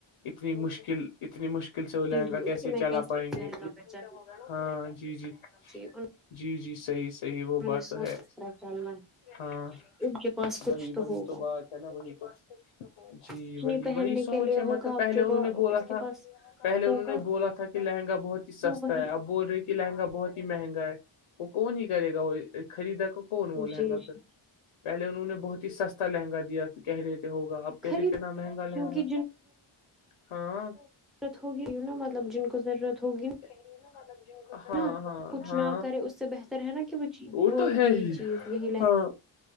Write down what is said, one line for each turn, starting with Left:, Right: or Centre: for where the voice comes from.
Left: اتنی مشکل اتنی مشکل سے
Centre: جی
Left: وہ لہنگا
Centre: جی جی
Left: کیسے
Centre: اسی میں
Left: چلا پائیں گے
Centre: لہنگا بچا
Left: ہاں جی جی
Centre: جی انہوں
Left: جی جی صحیح صحیح وہ بات
Centre: نے سوچ
Left: تو ہے
Centre: کر چلنا ہے
Left: ہاں
Centre: ان کے پاس کچھ
Left: وہی وہی
Centre: ہوگا
Left: تو بات ہے نا وہی تو جی
Centre: کچھ
Left: وہی
Centre: نہیں پہننے
Left: وہی سوچ
Centre: کے لیے
Left: ہے
Centre: ہوگا
Left: مطلب
Centre: اب
Left: پہلے
Centre: جو
Left: انہوں نے بولا
Centre: اس
Left: تھا
Centre: کے پاس
Left: پہلے
Centre: ہوگا
Left: انہوں نے بولا تھا کہ لہنگا بہت ہی سستا
Centre: وہ وہی
Left: ہے اپ بول رہے کہ کہ لہنگا بہت ہی مہنگا ہے وہ کون ہی کرے گا وہ خریدا کو کون وہ لہنگا
Centre: جی جی
Left: پھر پہلے انہوں نے بہت ہی سستا لہنگا دیا تھا کہہ رہے تھ ہوگا آپ کہہ
Centre: خرید
Left: رہی اتنا مہنگا
Centre: کیونکہ
Left: لہن گا ہاں
Centre: ض ہوگی ی نا مطلب جن کو ضرورت ہوگی
Left: نا مطلب جو ہاں
Centre: نا
Left: ہاں
Centre: کچھ
Left: ہاں
Centre: نہ کرے اس سے بہتر ہے نا کہ
Left: وہ تو
Centre: یہی
Left: ہے ہی
Centre: چیز یہی
Left: ہاں